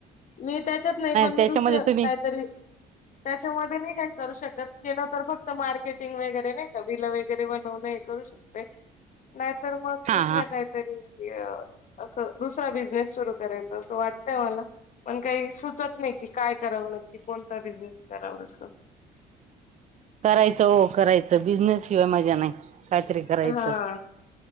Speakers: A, on the left; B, on the right.
A: मी त्याच्यात नाही पण
B: त्याच्यामध्ये
A: मी दुसरं
B: तुम्ही
A: काहीतरी त्याच्यामध्ये नाही काही करू शकत केलं तर फक्त मार्केटिंग वगैरे नाही का विलं वगैरे बनवण हे करू शकते नाही तर मग
B: हा
A: दुसरा
B: हा
A: काहीतरी अ, असं दुसरा बिझनेस सुरू करायचा असं वाटतय मला पण काही सुचत नाही कि काय करावं नक्की कोणता बिझनेस कराव अस
B: करायचं हो करायचं बिझनेस शिवाय मज्जा नाही काहीतरी करायचं
A: हा